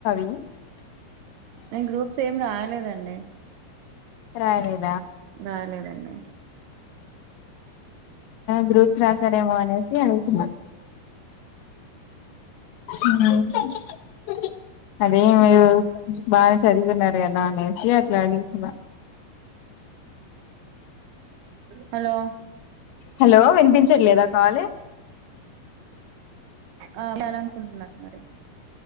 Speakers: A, on the left; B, on the right.
A: <inaudible>
B: నేన్ గ్రూప్స్ ఏం రాయలేదండి
A: రాయలేదు
B: రాయలేదండి
A: గ్రూప్స్ రాసారేమో అనేసి అడుగుతున్నా <unintelligible> అదే మీరు బాగా చదివున్నారు గదా అనేసి అట్లా అడుగుతున్నా <inaudible>
B: హలో
A: హలో వినిపించట్లేదా కాలు
B: ఆ చాల <unintelligible> అనుకుంటున్నారు మరి